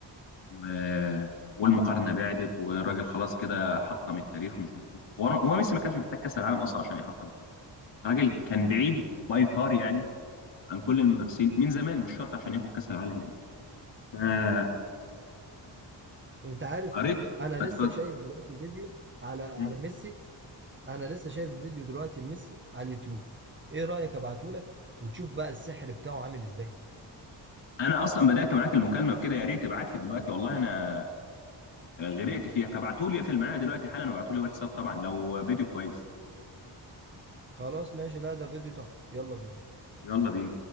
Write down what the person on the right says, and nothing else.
انت عارف
انا
لسه شايف دلوقتي فيديو على على
ميسي انا لسه شايف فيديو دلوقتي لميسي على اليوتيوب ايه رأيك ابعتهولك وتشوف بقى السحر بتاعه عامل ازاي
خلاص ماشي لا ده فيديو تحفة يلا بينا